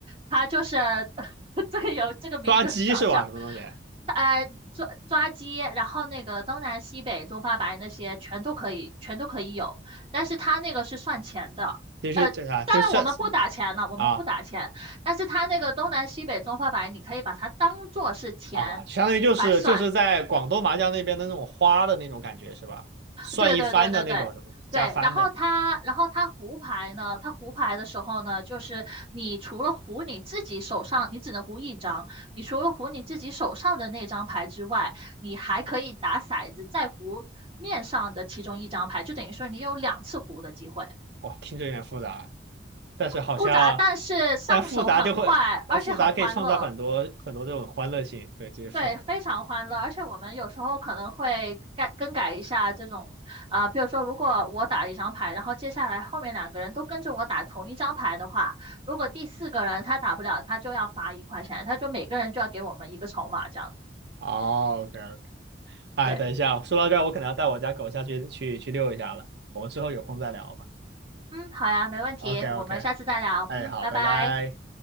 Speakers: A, on the right (about 35°); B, on the right (about 65°).
A: 他就是 <laughs> 这个有这个名字很搞笑，
B: 抓鸡是吧？什么东西？
A: 呃，抓抓鸡，然后那个东南西北中发白那些全都可以，全都可以有，但是他那个是算钱的，
B: 其实这啥就是
A: 呃。当然，我们不打钱了，我们不打钱。
B: 啊
A: 但是他那个东南西北中发白，你可以把它当做是钱来算。
B: 啊，相当于就是就是在广东麻将那边的那种花的那种感觉是吧？算一番的那种什么东西加番的，
A: 对对对对对对，然后它，然后它胡牌呢，它胡牌的时候呢，就是你除了胡你自己手上，你只能胡一张，你除了胡你自己手上的那张牌之外，你还可以打骰子再胡面上的其中一张牌，就等于说你有两次胡的机会，
B: 哇，听着有点复杂。但是好像，
A: 复杂，但是上手很快，
B: 但复杂就会，但复杂可以创造很多很多这种欢乐性，
A: 而且很欢乐。
B: 对，这些复杂。
A: 对，非常欢乐，而且我们有时候可能会改更改一下这种，呃，比如说，如果我打了一张牌，然后接下来后面两个人都跟着我打同一张牌的话，如果第四个人他打不了，他就要罚一块钱，他就每个人就要给我们一个筹码这样子。
B: 哦，OK OK。哎，
A: 对，
B: 等一下，说到这儿，我可能要带我家狗下去去去遛一下了，我们之后有空再聊吧。
A: 嗯，好呀，没问题，
B: OK OK，
A: 我们下次再聊，
B: 哎，
A: 嗯，
B: 好，
A: 拜拜。
B: 拜拜。